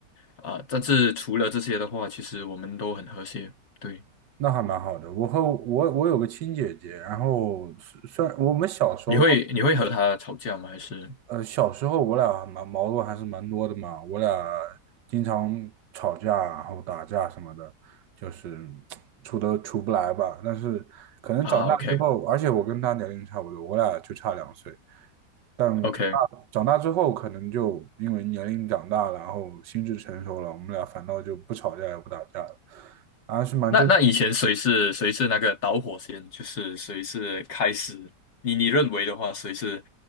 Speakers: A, on the left; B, on the right.
A: 啊。但是除了这些的话，其实我们都很和谐。对，
B: 那还蛮好的。我和我我有个亲姐姐，然后虽虽然我们小时候
A: 你会你会和他吵架吗？还是
B: 呃，小时候我俩蛮矛盾还是蛮多的嘛，我俩经常吵架，然后打架什么的，就是处都处不来吧。但是可能长大之后，
A: 啊？OK
B: 而且我跟他年龄差不多，我俩就差两岁。但长
A: OK。
B: 长大之后，可能就因为年龄长大了，然后心智成熟了，我们俩反倒就不吵架也不打架了，还是蛮正，
A: 那那以前谁是谁是那个导火线？就是谁是开始？你你认为的话，谁是